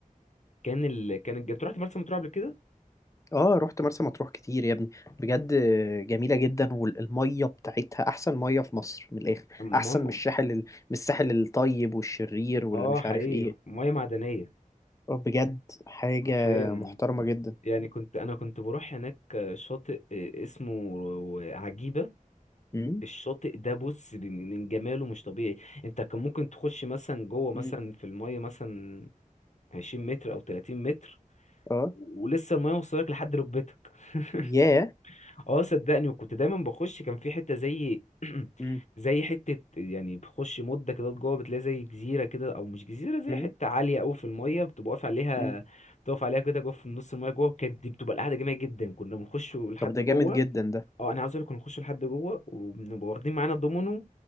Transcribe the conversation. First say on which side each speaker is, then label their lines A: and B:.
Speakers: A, on the left (about 55°); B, on the left (about 20°).
A: كان ال... كان الج... انت رحت مرسى مطروح قبل كده؟
B: اه رحت مرسى مطروح كتير يا ابني بجد جميلة جدا والمية بتاعتها احسن مية في مصر من الاخر
A: المهم
B: احسن من الساحل ال- من الساحل الطيب والشرير واللي
A: اه
B: مش
A: حقيقي
B: عارف ايه
A: مياه معدنية
B: آه، بجد حاجة
A: حرفيا
B: محترمة جدا
A: يعني كنت انا كنت بروح هناك شاطئ آه، اسمه عجيبة
B: امم
A: الشاطئ ده بص من جماله مش طبيعي انت كان ممكن تخش مثلا جوه مثلا
B: امم
A: في المية مثلا 20 متر او 30 متر
B: اه
A: ولسه المية وصلك لحد ركبتك <laughs>
B: ياه
A: اه صدقني وكنت دايما بخش كان في حتة زي <clears throat>
B: امم
A: زي حتة يعني بخش مدة كده جوه بتلاقي زي جزيرة كده أو مش جزيرة زي
B: امم
A: حتة عالية أوي في المية بتبقى واقف عليها
B: امم
A: بتقف عليها كده جوه في نص المية جوه كانت دي بتبقى القعدة جميلة جدا كنا بنخش لحد
B: طب ده
A: جوه
B: جامد جدا ده
A: اه أنا عاوز أقولك كنا بنخش لحد جوه وبنبقى واخدين معانا دومينو